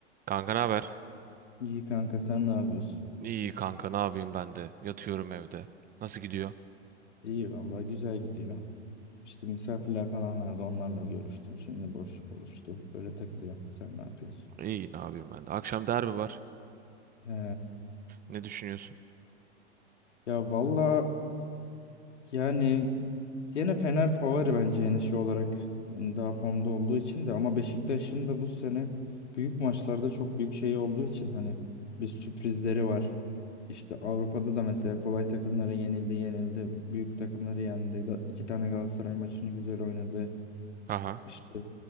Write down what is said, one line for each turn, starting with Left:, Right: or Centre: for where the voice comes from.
Right: Kanka ne haber?
Left: İyi kanka sen ne yapıyorsun?
Right: İyi kanka ne yapayım ben de. Yatıyorum evde. Nasıl gidiyor?
Left: İyi vallahi güzel gidiyor. İşte misafirler falan vardı onlarla görüştüm. Şimdi boşluk oluştu. Öyle takılıyor. Sen ne yapıyorsun?
Right: İyi ne yapayım ben de. Akşam derbi var.
Left: He,
Right: Ne düşünüyorsun?
Left: ya vallahi yani gene Fener favori bence yani şey olarak. Hani daha formda olduğu için de ama Beşiktaş'ın da bu sene büyük maçlarda çok büyük şey olduğu için hani bir sürprizleri var. İşte Avrupa'da da mesela kolay takımlara yenildi, yenildi. Büyük takımları yendi. Ga- İki tane Galatasaray maçını güzel oynadı.
Right: Aha.
Left: İşte